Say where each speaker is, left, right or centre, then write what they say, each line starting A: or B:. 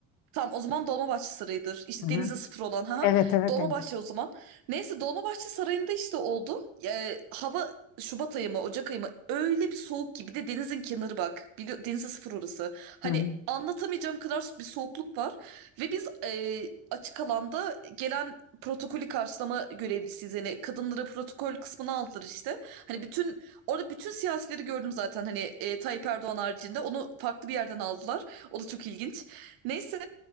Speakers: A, on the right (about 75°); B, on the left (about 75°).
A: Tamam o zaman Dolmabahçe Sarayı'dır. İşte
B: Hı hı.
A: denize sıfır olan ha.
B: Evet evet
A: Dolmabahçe
B: Deniz.
A: o zaman. Neyse Dolmabahçe Sarayı'nda işte oldu. Ee, hava Şubat ayı mı Ocak ayı mı öyle bir soğuk ki bir de denizin kenarı bak. Bili- denize sıfır orası. Hani
B: Hı hı.
A: anlatamayacağım kadar bir soğukluk var. Ve biz e, açık alanda gelen protokolü karşılama görevlisiyiz. Yani kadınlara protokol kısmını aldılar işte. Hani bütün orada bütün siyasileri gördüm zaten hani e, Tayyip Erdoğan haricinde onu farklı bir yerden aldılar. O da çok ilginç. Neyse